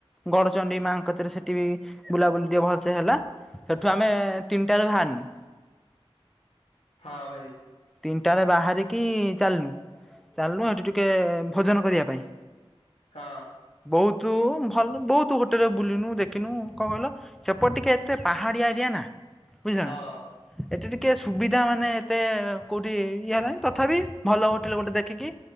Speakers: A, in the centre; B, on the left (about 80°).
A: ଗଡଚଣ୍ଡି ମାଙ୍କକତିରେ ସେଠି ବି ବୁଲାବୁଲି ଟିକେ ଭଲସେ ହେଲା। ସେଠୁ ଆମେ ତିନିଟାରେ ବାହାରିଲୁ।
B: ହଁ ଭାଇ।
A: ତିନିଟାରେ ବାହାରିକି ଚାଲିଲୁ। ଚାଲଲୁ ସେଠି ଟିକେ ଭୋଜନ କରିବା ପାଇଁ।
B: ହଁ।
A: ବହୁତ ଭଲ ବହୁତ ହୋଟେଲରେ ବୁଲିନୁ ଦେଖିନୁ କଣ କହିଲ। ସେପଟେ ଟିକେ ଏତେ ପାହାଡ଼ିଆ ଏରିଆ ନା, ବୁଝିଲ
B: ହଁ
A: ନା ଏଠି ଟିକିେ ସୁବିଧା ମାନେ ଏତେ କୋଉଠି ଇଏ ନାହିଁ ତଥାପି ଭଲ ହୋଟେଲ ଗୋଟେ ଦେଖିକି